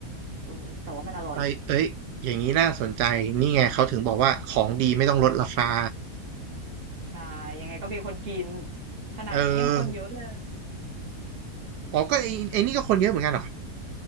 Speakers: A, on the right; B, on the right.
A: เออแต่ว่ามันอร่อย
B: ไปเอ้ยอย่างนี้น่าสนใจ นี่ไงเขาถึงบอกว่าของดีไม่ต้องลดราคา
A: ใช่ยังไงก็มีคนกินขนาดนี้ยังคนเยอะเลย
B: เอออ๋อก็ไอ้ไอ้นี่ก็คนเยอะเหมือนกันเหรอ